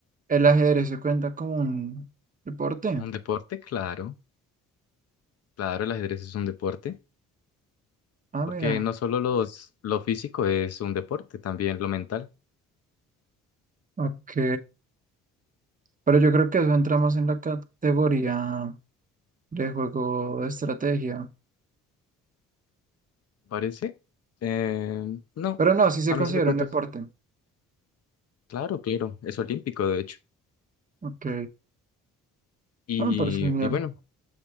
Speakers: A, on the right (about 25°); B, on the left (about 55°).
A: El ajedrez se cuenta como un deporte.
B: Un deporte, claro, claro, el ajedrez es un deporte,
A: Ah,
B: porque
A: mira.
B: no solo los, lo físico es un deporte, también lo mental.
A: Ok. Pero yo creo que eso entramos en la categoría de juego de estrategia.
B: parece? Eh, no,
A: Pero no, sí se
B: a
A: considera
B: mí sí me cuenta.
A: un deporte.
B: Claro, claro, es olímpico, de hecho.
A: Ok.
B: Y,
A: Ah, me parece genial.
B: y bueno,